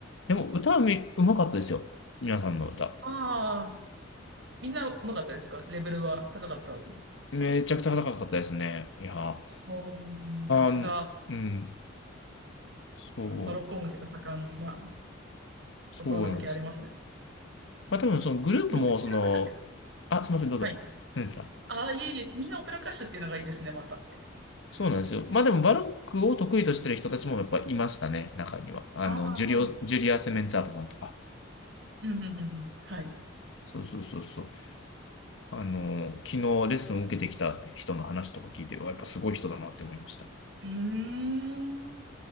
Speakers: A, on the left (about 65°); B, on the right (about 60°).
A: でも、歌はみ、うまかったですよ。皆さんの歌。
B: ああ、みんなうまかったですかレベルは高かった。
A: めちゃくちゃ高かったですね。いや、あ
B: おーさすが、
A: ー、うん。そ
B: バロック音楽が盛んな
A: う、
B: ところだけありますね。
A: そうなんですよ。まあ、多分、そのグループも、
B: みんなオペラ歌手って言うんです。
A: その、あ、すいません、どうぞ。
B: はい。
A: 何ですか
B: ああ、いえいえ、みんなオペラ歌手っていうのがいいですね、またって。
A: そうなんですよ。
B: そう。
A: まあでも、バロックを得意としてる人たちもやっぱいましたね、中には。あの、
B: ああー、
A: ジュリオ、ジュリア・セメンツァートさんとか。
B: うん、うん、うん。うんはい。
A: そうそうそうそう。あの、昨日レッスンを受けてきた人の話とか聞いて、うわやっぱすごい人だなって思いました。
B: うーん。